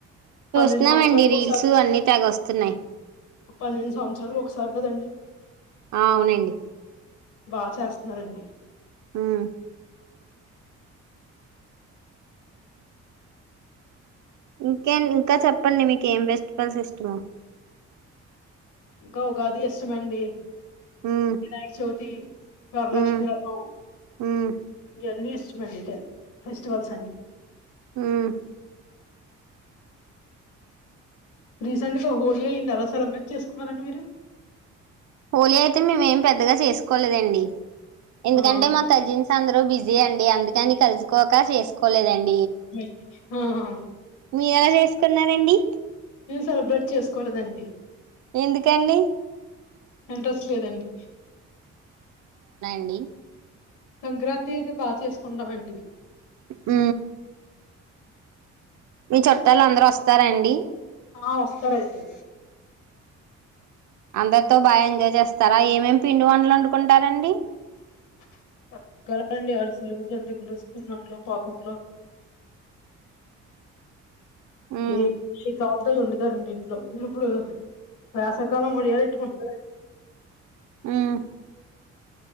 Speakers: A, on the right; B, on the left.
A: చూస్తున్నామండి
B: పన్నెండు సంవత్సరాలకు
A: రీల్స్
B: ఒకసారి వచ్చి
A: అన్నీ తెగ వస్తున్నాయి
B: పన్నెండు సంవత్సరాలుకు ఒకసారి కదండి
A: ఆ అవునండి
B: బా చేస్తున్నారండి
A: హ్మ్ ఇంకేం ఇంకా చెప్పండి మీకేం ఫెస్టివల్స్ ఇష్టమో
B: ఇంక ఉగాది ఇష్టమండి
A: ఉమ్
B: వినాయక చవితి వరలక్ష్మి
A: ఉమ్
B: వ్రతం
A: ఉమ్
B: ఇయన్నీ ఇష్టమండి <unintelligible> ఫెస్టివల్స్ అండి
A: ఉమ్మ్
B: రీసెంట్ గా హోలీ అయ్యింది ఎలా సెలబ్రేట్ చేసుకున్నారండి మీరు
A: హోలీ అయితే మేం ఏం పెద్దగా చేసుకోలేదండి ఎందుకంటే
B: ఆ
A: మా కజిన్స్ అందరూ బిజ్ జీ అండి అందుకని కలుసుకోక చేసుకోలేదన్
B: మి ఆ ఆ
A: మీరెలా చేసుకున్నారండి
B: సెలబ్రేట్ చేసుకోలేదండి
A: ఎందుకండి
B: ఇంట్రెస్ట్ లేదండి
A: ని
B: సంక్రాంతి అయితే బా చేసుకుంటామండి
A: ఊ మీ చుట్టాలు అందరూ వస్తారా అండి
B: ఆ వస్తారండి
A: అందరితో బా ఎంజాయ్ చేస్తారా ఏమేం పిండి వంటలు వండుకుంటారండి
B: <unintelligible> అండి అరిశెలు‌ జంతికలు సున్నుండలు పాకుండలు
A: ఉమ్
B: ఏ <unintelligible> <unintelligible> వొండుతారండి ఇంట్లో మీరు ఇప్పుడు పా షాకాలం ఓడియాలెట్టుకు <inaudible>
A: ఊమ్మ్